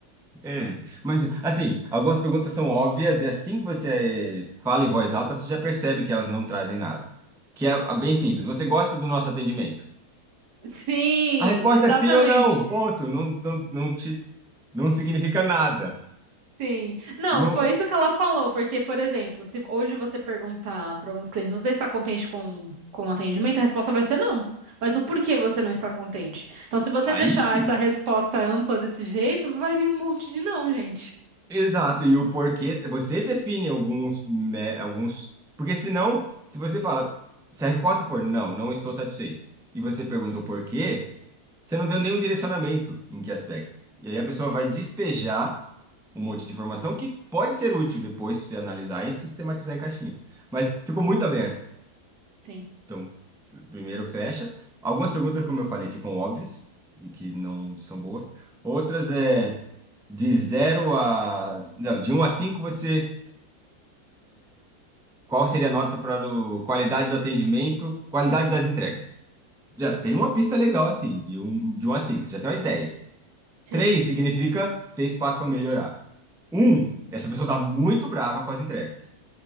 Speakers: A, in the centre; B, on the right.
A: é. Mas, assim, algumas perguntas são óbvias e assim que você fala em voz alta, você já percebe que elas não trazem nada. Que é a- bem simples. Você gosta do nosso atendimento?
B: Sim,
A: A resposta
B: exatamente.
A: é sim ou não. Ponto. Não, não, não te, não significa nada.
B: Sim. Não,
A: Não,
B: foi isso que ela falou, porque, por exemplo, se hoje você perguntar para alguns clientes, você está contente com, com o atendimento? A resposta vai ser não. Mas o porquê você não está contente? Então, se você
A: aí.
B: deixar essa resposta ampla desse jeito, vai vir um monte de não, gente.
A: Exato, e o porquê, você define alguns, né, alguns, porque senão, se você fala, se a resposta for não, não estou satisfeito, e você pergunta o porquê, você não deu nenhum direcionamento em que aspecto. E aí a pessoa vai despejar um monte de informação que pode ser útil depois para você analisar e sistematizar em caixinha. Mas ficou muito aberto.
B: Sim,
A: Então, pr- primeiro fecha. Algumas perguntas, como eu falei, ficam óbvias, de que não são boas. Outras é de zero a, não, de um a 5 você Qual seria a nota para o qualidade do atendimento, qualidade das entregas? Já tem uma pista legal assim, de um, de um a cinco, você já tem uma ideia.
B: sim.
A: Três significa ter espaço para melhorar. Um, essa pessoa está muito brava com as entregas.